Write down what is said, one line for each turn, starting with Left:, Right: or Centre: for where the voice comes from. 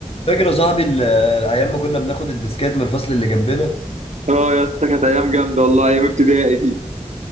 Left: فاكر يا صاحبي ال- الايام ما كنا بناخد الديسكات من الفصل اللي جنبنا
Right: اه يا اسطى كانت ايام جامده والله ايام ابتدائي دي